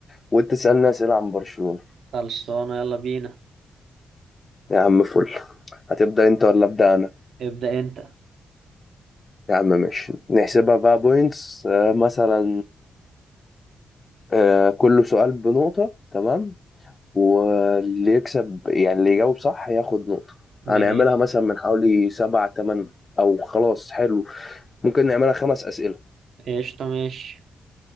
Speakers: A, on the left; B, on the right.
A: وانت تسالني اسئله عن برشلونة
B: خلصانه يلا بينا
A: يا عم فل هتبدا انت ولا ابدا انا
B: ابدا انت
A: يا عم ماشي نحسبها بقى بوينتس آه مثلا آه كل سؤال بنقطة تمام واللي يكسب يعني اللي يجاوب صح ياخد نقطة هنعملها
B: ماشي
A: مثلا من حوالي سبعة تمن أو خلاص حلو ممكن نعملها خمس أسئلة
B: قشطه ماشي